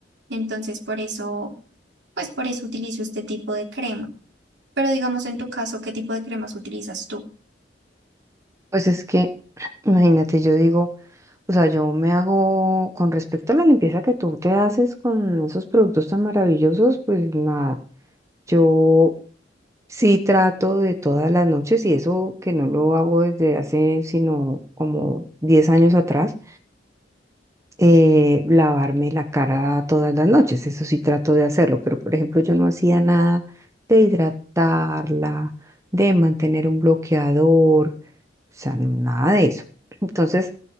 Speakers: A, on the right; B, on the right.
A: Entonces, por eso, pues por eso utilizo este tipo de crema. Pero digamos en tu caso, ¿qué tipo de cremas utilizas tú?
B: Pues es que, imagínate, yo digo, o sea, yo me hago, con respecto a la limpieza que tú te haces con esos productos tan maravillosos, pues nada. Yo Sí trato de todas las noches y eso que no lo hago desde hace sino como 10 años atrás, eh, lavarme la cara todas las noches, eso sí trato de hacerlo, pero por ejemplo yo no hacía nada de hidratarla, de mantener un bloqueador, o sea, nada de eso. Entonces,